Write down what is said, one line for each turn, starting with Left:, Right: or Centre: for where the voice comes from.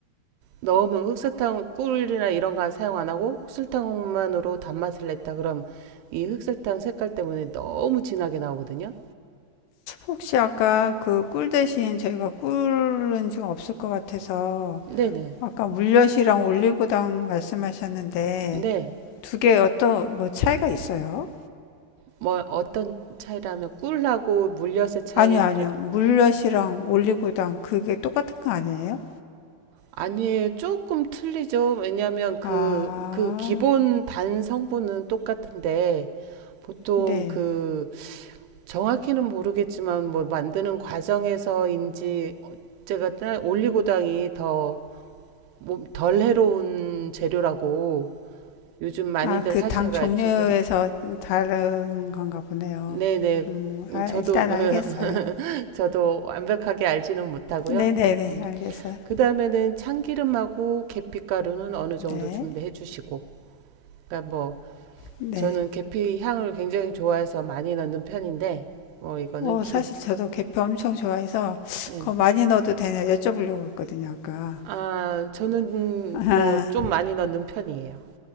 Right: 너무 흑설탕 꿀이나 이런 거 사용 안 하고 흑설탕만으로 단맛을 냈다 그럼 이 흑설탕 색깔 때문에 너무 진하게 나오거든요.
Left: 혹시 아까 그 꿀 대신 저희가 꿀은 지금 없을 것 같아서
Right: 네네.
Left: 아까 물엿이랑 올리고당 말씀하셨는데
Right: 네.
Left: 두 개 어떤 뭐 차이가 있어요?
Right: 뭐 어떤 차이라면 꿀하고 물엿의 차이를
Left: 아니요, 아니요. 물엿이랑 올리고당 그게 똑같은 거 아니에요?
Right: 아니에요. 조금 틀리죠. 왜냐하면 그,
Left: 아,
Right: 그 기본 단 성분은 똑같은데 보통
Left: 네.
Right: 그 정확히는 모르겠지만 뭐 만드는 과정에서인지 제가 올리고당이 더 뭐 덜 해로운 재료라고 요즘 많이들
Left: 아, 그
Right: 하셔가지고
Left: 당 종류에서 다른 건가 보네요.
Right: 네네
Left: 음,
Right: 음,
Left: 아,
Right: 저도
Left: 일단
Right: <laughs>
Left: 알겠어요.
Right: 저도 완벽하게 알지는 못하고요.
Left: 네네네,
Right: 음.
Left: 알겠어요.
Right: 그 다음에는 참기름하고 계피가루는 어느 정도
Left: 네,
Right: 준비해 주시고 그러니까 뭐
Left: 네.
Right: 저는 계피 향을 굉장히 좋아해서 많이 넣는 편인데 뭐 이거는
Left: 어,
Right: 기
Left: 사실 저도 계피 엄청 좋아해서
Right: 네네
Left: 그거 많이 넣어도 되냐 여쭤보려고 했거든요, 아까.
Right: 아 저는
Left: <laughs> 아,
Right: 뭐 좀 많이 넣는 편이에요.